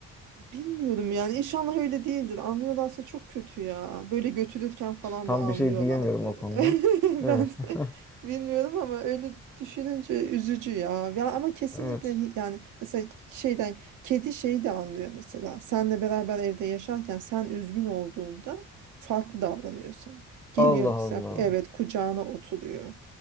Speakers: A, on the right; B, in the centre.
A: Bilmiyorum yani inşallah öyle değildir. Anlıyorlarsa çok kötü ya. Böyle götürürken falan
B: tam
A: da anlıyorlar
B: bir şey diyemiyorum
A: diyor.
B: o konuda.
A: <laughs>
B: Evet.
A: Ben
B: <laughs>
A: bilmiyorum ama öyle düşününce üzücü ya. Ya ama kesinlikle
B: Evet.
A: hi- yani mesela şeyden kedi şeyi de anlıyor mesela. Senle beraber evde yaşarken sen üzgün olduğunda farklı davranıyor sana. Geliyor
B: Allah
A: mesela
B: Allah.
A: evet kucağına oturuyor.